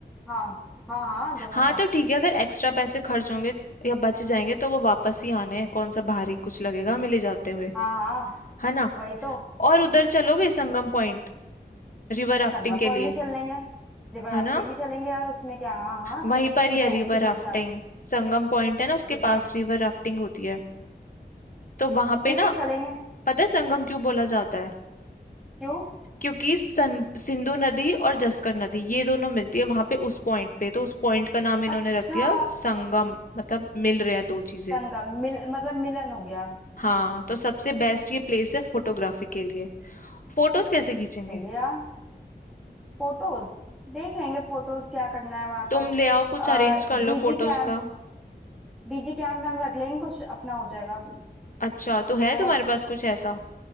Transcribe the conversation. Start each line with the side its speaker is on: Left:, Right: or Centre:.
Centre: हाँ हाँ हाँ दोनों
Left: हाँ
Centre: का
Left: तो ठीक है अगर एक्स्ट्रा पैसे खर्च होंगे या बच जाएंगे तो वो वापस ही आने हैं कौन सा भारी कुछ लगेगा हमें ले जाते हुए
Centre: हाँ हाँ
Left: है ना
Centre: वही तो
Left: और उधर चलोगे संगम पॉइंट रिवर राफ्टिंग
Centre: संगम
Left: के
Centre: पॉइंट
Left: लिए
Centre: भी चल लेंगे रिवर राफ्टिंग
Left: है ना
Centre: भी चलेंगे यार उसमें क्या हाँ हाँ
Left: वहीं
Centre: चलेंगे
Left: पर
Centre: क्यों
Left: ही है
Centre: जाएंगे
Left: रिवर
Centre: इतनी दूर
Left: राफ्टिंग
Centre: जा रहे हैं
Left: संगम पॉइंट है ना उसके
Centre: ठीक
Left: पास
Centre: है
Left: रिवर राफ्टिंग होती है तो वहां पे
Centre: ठीक
Left: ना
Centre: है चलेंगे
Left: पता है संगम क्यों बोला जाता है
Centre: क्यों
Left: क्योंकि सन- सिंधु नदी और जस्कर नदी ये दोनों मिलती है वहां पे उस पॉइंट पे तो उस पॉइंट का नाम इन्होंने
Centre: अच्छा
Left: रख दिया संगम मतलब मिल रहे हैं दो चीजें
Centre: संगम मिल मतलब मिलन हो गया
Left: हाँ तो सबसे बेस्ट ये प्लेस है फोटोग्राफी के लिए फोटोज कैसे खींचेंगे
Centre: सही है यार फोटोज देख लेंगे फोटोज क्या करना है वहां
Left: तुम
Centre: पर
Left: ले आओ कुछ
Centre: आ,
Left: अरेंज कर
Centre: डीजी
Left: लो फोटोज
Centre: कैम्प
Left: का
Centre: डीजी कैम्प में हम रख लेंगे कुछ अपना हो जाएगा
Left: अच्छा तो है
Centre: है
Left: तुम्हारे
Centre: ना
Left: पास कुछ ऐसा